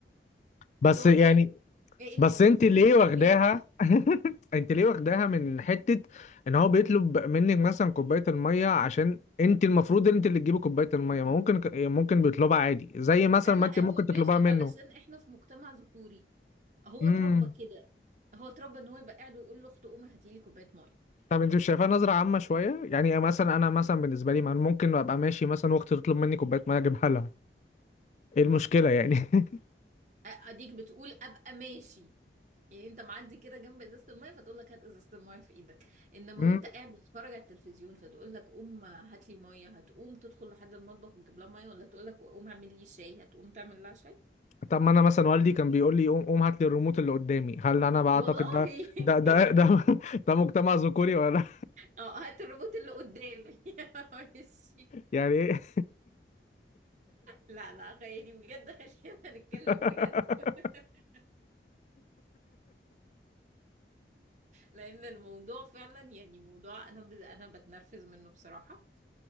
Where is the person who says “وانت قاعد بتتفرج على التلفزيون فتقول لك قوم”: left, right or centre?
Right